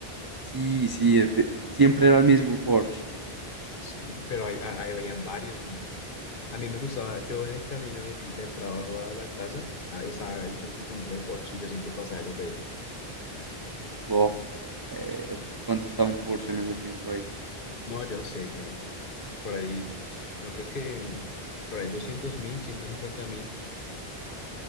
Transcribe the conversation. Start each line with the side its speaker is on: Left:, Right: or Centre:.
Right: Sí, sí, es de- siempre era el mismo Porsche.
Left: S- Pero ahí ahí- ahí veían varios, weón. A mí me gustaba, yo en el camino del, del trabajo a la casa, ah, estaba el concesionario de Porsche y yo siempre pasaba y los veía.
Right: Bof, severo. ¿Cuánto estaba un Porsche en ese tiempo ahí?
Left: No, yo no sé, weón. por ahí, no creo que por ahí doscientos mil, ciento cincuenta mil,